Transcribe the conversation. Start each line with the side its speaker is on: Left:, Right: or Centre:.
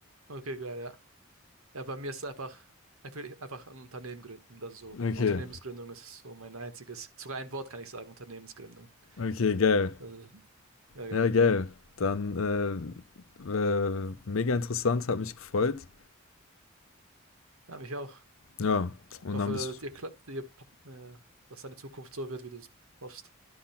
Right: Okay, klar, ja. Ja, bei mir ist es einfach, ich will einfach ein Unternehmen gründen. Das ist so,
Left: Okay,
Right: Unternehmensgründung ist so mein einziges, sogar ein Wort kann ich sagen, Unternehmensgründung.
Left: okay, geil.
Right: Also, ja, geil.
Left: Ja, geil. Dann äh, äh, mega interessant, hat mich gefreut.
Right: Ja, mich auch.
Left: Ja, und
Right: Ich hoffe,
Left: dann bist du.
Right: dir klappt, dir, äh, dass deine Zukunft so wird, wie du es hoffst.